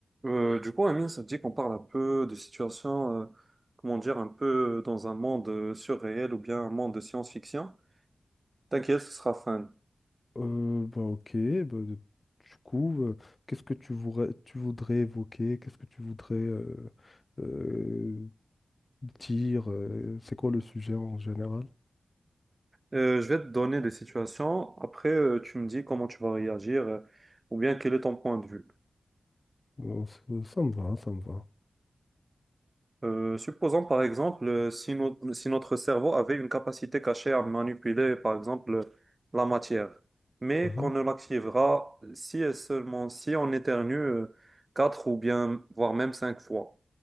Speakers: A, on the right (about 40°); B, on the left (about 40°).
A: Euh, du coup, Amine, ça te dit qu'on parle un peu de situations, euh, comment dire, un peu dans un monde euh, surréel ou bien un monde de science-fiction. T'inquiète, ce sera fun.
B: Euh, bah ok, bah, de- du coup, euh, qu'est-ce que tu voudrais, tu voudrais évoquer? Qu'est-ce que tu voudrais euh, euh, dire? euh, c'est quoi le sujet en général?
A: Euh, je vais te donner des situations. Après, euh, tu me dis comment tu vas réagir, euh, ou bien quel est ton point de vue.
B: Bon, ça, ça me va, ça me va.
A: Euh, supposons par exemple euh, si, no- si notre cerveau avait une capacité cachée à manipuler par exemple la matière, mais
B: Mhm.
A: qu'on ne l'activera si et seulement si on éternue euh, quatre ou bien voire même cinq fois.